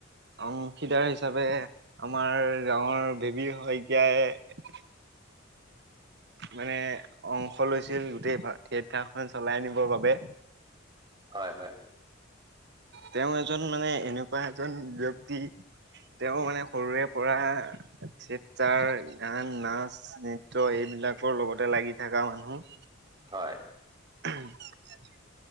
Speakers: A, on the right; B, on the right.
A: অংশীদাৰ হিচাপে আমাৰ গাঁৱৰ নীবিৰ শইকীয়াই
B: <inaudible>
A: মানে অংশ লৈছিল গোটেই থিয়েটাৰখন চলাই নিবৰ বাবে।
B: হয়, হয়।
A: তেওঁ এজন মানে এনেকুৱা এজন ব্যক্তি তেওঁ মানে সৰুৰে পৰা থিয়েটাৰ, গান, নাচ নৃত্য এইবিলাকৰ লগতে লাগি থকা মানুহ।
B: হয়।
A: <inaudible>